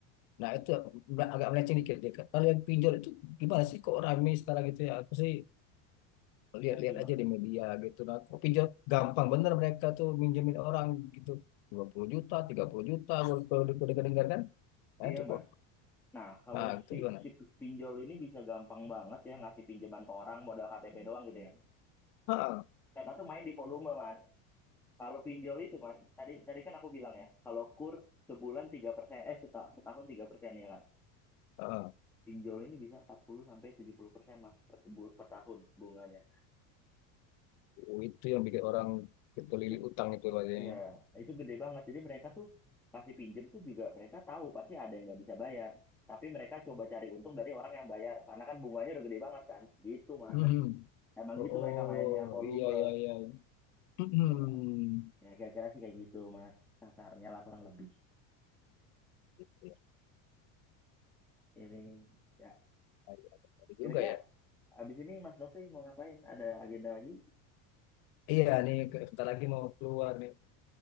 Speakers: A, on the left; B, in the centre.
A: nah itu ag- agak melenceng dikit deh. Kalau yang pinjol itu gimana sih kok rame sekarang gitu ya? Aku sih lihat-lihat
B: Iya sih, Mas.
A: aja di media gitu. Nah, kok pinjol gampang bener mereka tuh minjemin orang gitu. 20 juta, 30 juta kalau kalau di- kalau dengar kan. Nah,
B: Iya,
A: itu kok.
B: Mas. Nah, kalau
A: Nah, itu
B: si,
A: gimana?
B: si pinjol ini bisa gampang banget ya ngasih pinjaman ke orang modal KTP doang gitu ya.
A: Ha, ha,
B: Mereka tuh main di volume, Mas. Kalau pinjol itu mas, tadi tadi kan aku bilang ya, kalau kur sebulan 3%, eh seta- setahun 3% ya kan.
A: ha.
B: Pinjol ini bisa 40 sampai 70% mas per, bu- per tahun bunganya.
A: Oh, itu yang bikin orang ketelilit
B: Itu
A: utang itu katanya.
B: ya Wow. itu gede banget. Jadi mereka tuh pasti pinjem tuh juga mereka tahu pasti ada yang nggak bisa bayar. Tapi mereka coba cari untung dari orang yang bayar, karena kan bunganya udah gede banget kan. Gitu mas.
A: Mhm.
B: Emang
A: Oh,
B: gitu
A: oh,
B: mereka mainnya volume.
A: iya iya iya. Mhm.
B: Kayak, ya kira-kira sih kayak gitu mas. Kasarnya lah kurang lebih.
A: Iya,
B: Ini ya
A: iya, benar
B: kira-kira
A: juga ya.
B: Abis ini Mas Nofri mau ngapain? Ada agenda lagi?
A: Iya nih, ke- bentar lagi mau keluar nih.